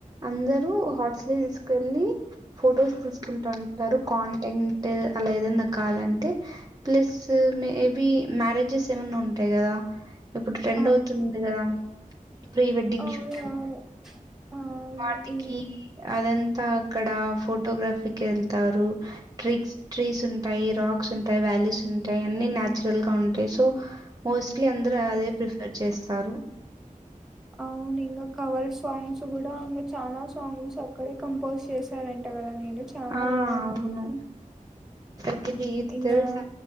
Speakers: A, on the right; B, in the centre.
A: అందరూ హార్స్లీ హిల్స్ కెళ్ళి. ఫొటోస్ తీసుకుంటుంటారు కాంటెంట్ అలా ఏదైన్నా కాదంటే. ప్లస్ మేబి మ్యారేజెస్ ఏమైన్నా ఉంటాయి కదా. ఇప్పుడు ట్రెండ్
B: ఆ
A: అవుతుంది కదా ప్రీ వెడ్డింగ్
B: అవునవును
A: షూట్. అని,
B: అవును
A: వాటికి
B: ఇం
A: అదంతా. ఇక్కడ ఫోటోగ్రఫీకి వెళ్తారు ట్రీక్స్ ట్రీస్ ఉంటాయి. రాక్స్ ఉంటాయి వ్యాలీస్ ఉంటాయి అన్ని న్యాచురల్ గా ఉంటాయి సో. మోస్ట్లీ అందరు అదే ప్రిఫర్ చేస్తారు.
B: అవును ఇంకా కవర్ సాంగ్స్ కూడా ఇకా చాలనా సాంగ్స్ అక్కడే కంపోజ్. చేశాడంట కదా నేను. చాలా
A: ఆ
B: విన్నాను
A: అవును తగ్గిదిద్
B: ఇంగా
A: తెలుసా.